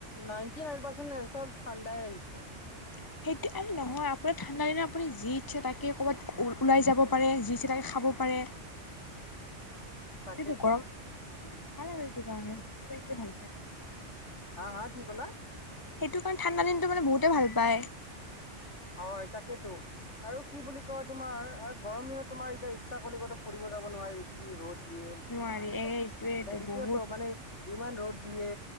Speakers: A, on the left; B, on the left.
A: নাইনটি নাইন পাৰ্চেন্ট এনচাৰ ঠাণ্ডাই আহিব। <unintelligible>
B: উ <unintelligible> সেইটো আৰু নহয়, আপোনাৰ ঠাণ্ডাদিনত আপুনি যি ইচ্ছে তে ক'ৰবাত ওলাই যাব পাৰে, যি ইচ্ছা তাক খাব পাৰে।
A: তাকেইতো।
B: এইটোতো গৰম সেইটো ভাল আৰু এইটো কাৰণে চবে এইটোৱে ভাল পায়।
A: হা হা কি ক'লা?
B: সেইটো কাৰণে ঠাণ্ডা দিনতটো মানে বহুতে ভাল পায়।
A: হয় তাকেইেতটো আৰু কি বুলি কয় তোমাৰ গৰম দিনত তোমাৰ এতিয়া ইচ্ছা কৰিগত ফুৰিব? ৰদ দিয়ে
B: নোৱাৰি
A: সেইটোৱেটো
B: এ এইটোৱেটো বহুত
A: মানে <unintelligible> দিয়ে,